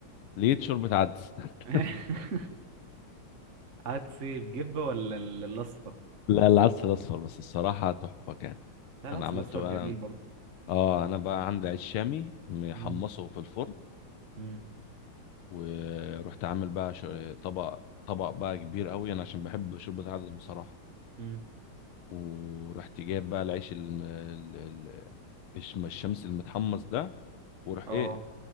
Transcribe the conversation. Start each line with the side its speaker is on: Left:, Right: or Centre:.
Left: لقيت شوربه عدس <laughs>
Right: <laughs> عدس إيه، بجبة ولا ال- الأصفر
Left: لا العدس الاصفر بس الصراحه تحفه كان
Right: لا العدس
Left: انا عملته
Right: الأصفر جميل
Left: انا
Right: برضه
Left: اه انا بقى عندي عيش شامي محمصه
Right: مم،
Left: في الفرن
Right: مم،
Left: ورحت عامل بقى ش- طبق طبق بقى كبير قوي انا عشان بحب شوربه العدس بصراحه
Right: مم.
Left: ورحت جايب بقى العيش الم... ال- ال- الشم- الشمس المتحمص ده وروح
Right: اه
Left: ايه